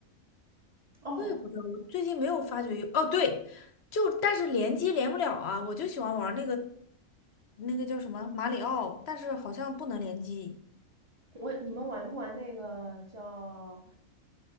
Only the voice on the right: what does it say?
哦，
我你们玩不玩那个叫